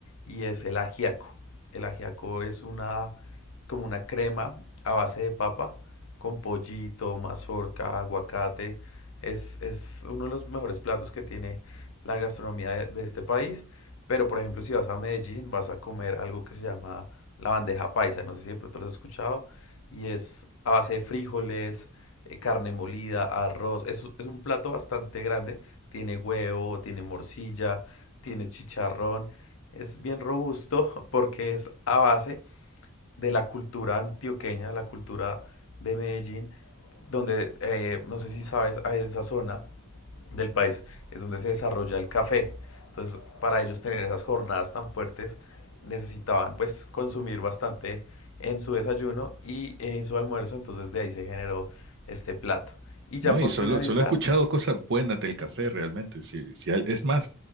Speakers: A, on the left; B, on the right.
A: y es el ajiaco. El ajiaco es una, como una crema a base de papa con pollito, mazorca, aguacate. Es, es uno de los mejores platos que tiene la gastronomía de de este país. Pero, por ejemplo, si vas a Medellín, vas a comer algo que se llama la bandeja paisa. No sé si de pronto lo has escuchado. Y es a base de frijoles, eh, carne molida, arroz. Es, es un plato bastante grande. Tiene huevo, tiene morcilla, tiene chicharrón. Es bien robusto <laughs> porque es a base de la cultura antioqueña, la cultura de Medellín, donde eh, no sé si sabes, ah, en esa zona del país es donde se desarrolla el café. Entonces, para ellos tener esas jornadas tan fuertes, necesitaban pues consumir bastante en su desayuno y en su almuerzo, entonces de ahí se generó este plato. Y ya
B: No, y
A: por
B: solo,
A: finalizar,
B: solo he escuchado cosas buenas del café realmente. Sí, sí, al- es más,